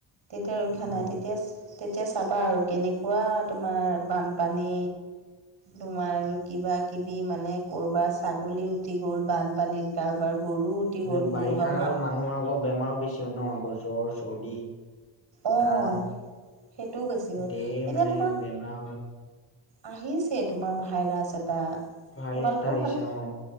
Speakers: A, on the right (about 70°); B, on the left (about 30°).
A: তেতিয়া ৰক্ষা
B: মানুহৰ
A: নাই। তেতিয়া তেতিয়া চাবা আৰু কেনেকুৱা তোমাৰ বানপানী। তোমাৰ আৰু কিবা কিবি মানে কৰবাৰ ছাগলী উঠি গ'ল বানপানীত কাৰোবাৰ গৰু উটি
B: তাতে
A: গ'ল
B: বাৰিষা
A: কোনোবা
B: কালত
A: মান
B: মানুহৰ আকৌ বেমাৰো বেছি হয় ন জৰ, চৰ্দি।
A: অঁ
B: কাঁহ
A: সেইটোও বেছি হ'ল
B: ধেৰ
A: এতিয়া
B: মানে
A: তোমাৰ
B: বেমাৰ হয়।
A: আহিছে তোমাৰ ভাইৰাছ এটা,
B: ভাইৰাছ
A: তোমালোকৰ
B: এটা আহিছে
A: ফালে
B: অ